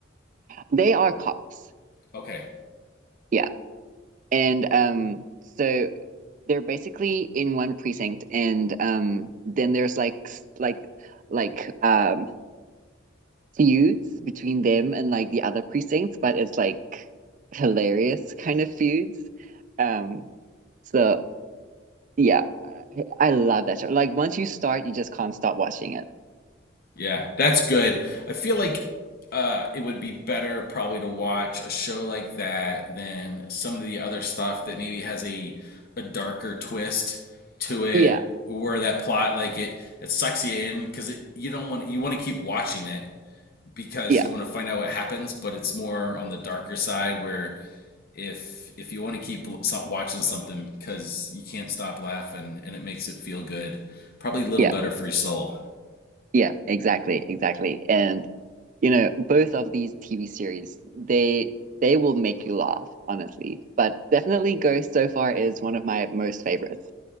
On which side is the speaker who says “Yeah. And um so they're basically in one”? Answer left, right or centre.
Right